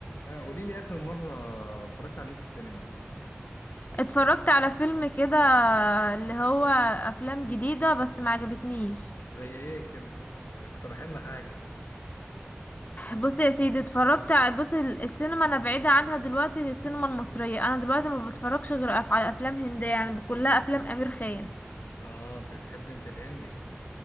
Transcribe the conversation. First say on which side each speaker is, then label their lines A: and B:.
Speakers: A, on the left; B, on the left.
A: آه قولي لي آخر مرة اتفرجت على ايه في السينما
B: اتفرجت على فيلم كده اللي هو افلام جديدة بس ما عجبتنيش
A: زي ايه كده اقترح لنا حاجة
B: بص يا سيدي اتفرجت ع- بص ال- السينما انا بعيدة عنها دلوقتي السينما المصرية انا دلوقتي ما بتفرجش غير أف- على افلام هندية يعني كلها افلام امير خان
A: اه انت بتحب انت الهندي